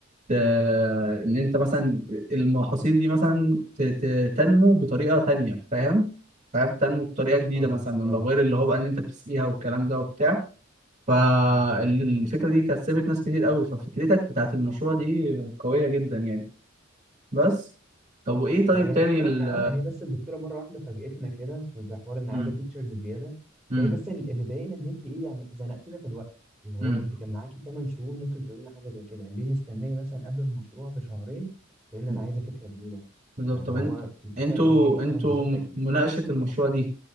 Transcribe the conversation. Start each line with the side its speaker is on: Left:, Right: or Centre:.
Right: آه، ان انت مثلا المحاصيل دي مثلا ت- ت- تنمو بطريقه تانية فاهم فاهم تنمو بطريقه جديده
Centre: اه
Right: مثلا من
Centre: اه
Right: لو غير اللي هو بقى ان انت بتسقيها والكلام ده وبتاع فالفكره دي كسبت ناس كتير قوي ففكرتك بتاعت المشروع دي قويه جدا يعني بس طب وايه طيب
Centre: ما هي
Right: تاني
Centre: الفكره
Right: ال
Centre: ان اه هي بس الدكتوره مره واحده فاجئتنا كده في بحوار ان عايزه
Right: مم،
Centre: فيتشرز زياده
Right: مم،
Centre: فهي بس ال- اللي ضايقنا ان انت ايه يعني زنقتينا في الوقت اللي هو
Right: مم،
Centre: انت كان معاكي 8 شهور ممكن تقول لنا حاجه زي كده ليه مستنيه مثلا قبل المشروع بشهرين تقول لنا
Right: مم.
Centre: انا عايزه فكره جديده
Right: بالظبط
Centre: فاللي
Right: طب
Centre: هو
Right: انت
Centre: انت
Right: انتوا
Centre: كده كأنك
Right: انتوا
Centre: اه بالظبط
Right: م-
Centre: كده
Right: مناقشه المشروع دي